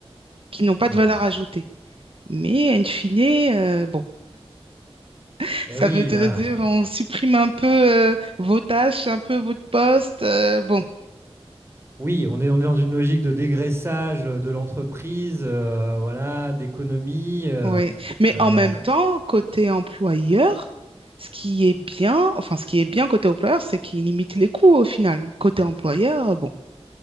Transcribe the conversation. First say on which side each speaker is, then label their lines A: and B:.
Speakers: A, on the right; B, on the right.
A: qui n'ont pas
B: Mhm.
A: de valeur ajoutée. Mais in fine, euh, bon, <laughs>
B: Eh
A: ça
B: oui,
A: veut dire
B: là,
A: dire on supprime un peu euh, vos tâches, un peu votre poste. euh, bon,
B: oui, on est, on est dans une logique de dégraissage euh, de l'entreprise, euh, voilà, d'économie. euh,
A: oui. Mais
B: euh,
A: en même temps, côté employeur, ce qui est bien, enfin, ce qui est bien côté employeur, c'est qu'il limite les coûts au final. Côté employeur, euh, bon,